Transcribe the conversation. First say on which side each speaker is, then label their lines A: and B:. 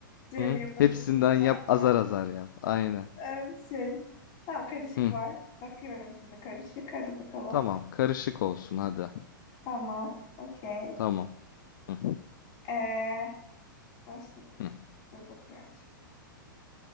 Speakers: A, on the left; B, on the left.
A: Cem
B: Hı?
A: Yılmaz'ın
B: Hepsinden
A: filmi
B: yap
A: var ya.
B: azar azar yap. Aynen.
A: E, e, şey, tamam karışık
B: Hı.
A: var. Bakıyorum şimdi karışık. Hadi bakalım.
B: Tamam karışık olsun hadi.
A: Tamam. Okey.
B: Tamam. Hı.
A: Ee, başta
B: Hı.
A: dur bakıyorum şimdi.